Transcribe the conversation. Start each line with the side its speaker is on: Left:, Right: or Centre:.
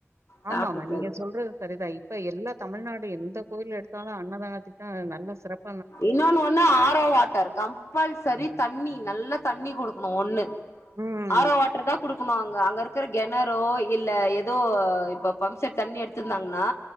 Left: சாப்டுட்டு
Right: ஆமா ஆமா நீங்க
Left: இருக்கோ
Right: சொல்றது சரிதா இப்ப எல்லா தமிழ்நாடு எந்த கோயில் எடுத்தாலு அன்னதான திட்டோ நல்ல சிறப்
Left: இன்னொன்னு ஒண்ணு ஆரோ வாட்டர் கம்பல்சரி தண்ணி நல்ல தண்ணி குடுக்கணு ஒண்ணு
Right: ம்
Left: ஆரோ வாட்டர் தா குடுக்கணு அங்க அங்க இருக் கற கெணரோ இல்ல ஏதோ இப்ப பம்ப் செட் தண்ணி எடுத்திருந்தாங்கன்னா